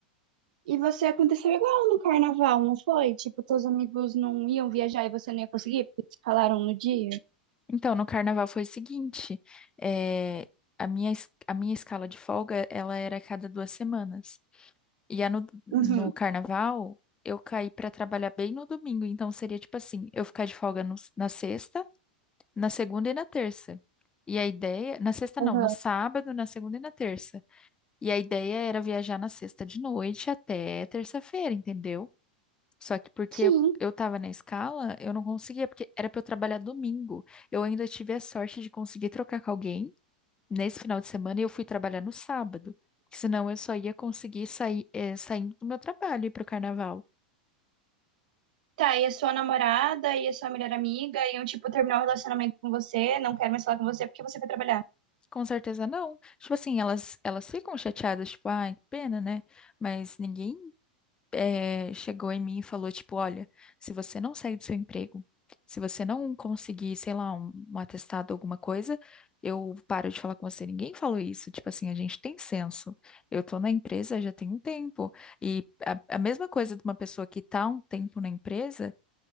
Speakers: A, on the right; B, on the left.
A: E você aconteceu igual no carnaval, não foi? Tipo, teus amigos não iam viajar e você não ia conseguir porque te falaram no dia?
B: Então, no carnaval foi o seguinte, é, a minha, es- a minha escala de folga, ela era a cada duas semanas. E a no, no
A: Uhum,
B: carnaval, eu caí para trabalhar bem no domingo, então seria tipo assim, eu ficar de folga no- na sexta, na segunda e na terça. E a ideia, na sexta
A: uhum.
B: não, no sábado, na segunda e na terça. E a ideia era viajar na sexta de noite até terça-feira, entendeu? Só que porque
A: Sim.
B: eu, eu tava na escala, eu não conseguia, porque era pra eu trabalhar domingo. Eu ainda tive a sorte de conseguir trocar com alguém nesse final de semana e eu fui trabalhar no sábado. Porque Senão eu só ia conseguir sair, eh, saindo do meu trabalho e ir pro carnaval.
A: Tá, e a sua namorada e a sua melhor amiga iam, tipo, terminar o relacionamento com você, não quero mais falar com você porque você vai trabalhar.
B: Com certeza não. Tipo assim, elas, elas ficam chateadas, tipo, ai, que pena, né? Mas ninguém eh, chegou em mim e falou, tipo, olha, se você não sair do seu emprego, se você não conseguir, sei lá, um, um atestado, alguma coisa, eu paro de falar com você. Ninguém falou isso. Tipo assim, a gente tem senso. Eu tô na empresa já tem um tempo. E a, a mesma coisa de uma pessoa que tá um tempo na empresa